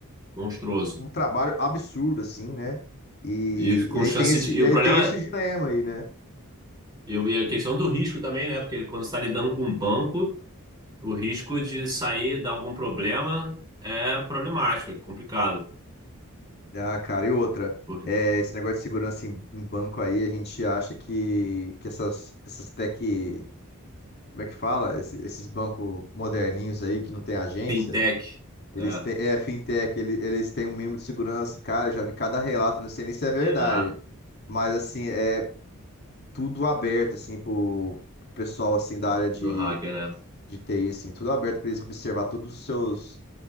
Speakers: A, on the right; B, on the left.
A: monstruoso.
B: um trabalho absurdo, assim, né? E,
A: E com
B: e aí
A: chance
B: tem esse,
A: de. E
B: e
A: o
B: aí
A: problema.
B: tem esse dilema aí, né?
A: E o- e a questão do risco também, né? Porque quando você está lidando com um banco, o risco de sair, dar algum problema é problemático, é complicado.
B: Ah, cara, e outra.
A: Porque
B: é, esse negócio de segurança em, em banco aí, a gente acha que, que essas, essas tech como é que fala? Esse- esses bancos moderninhos aí que não tem agência,
A: fintech,
B: eles
A: é,
B: têm, é fintech, ele- eles têm um mínimo de segurança. Cara, eu já vi cada relato, não sei nem se é verdade,
A: tem nada
B: mas assim, é tudo aberto assim pro, pro pessoal assim da área de,
A: pro hacker, né?
B: de TI assim, tudo aberto para eles observar todos os seus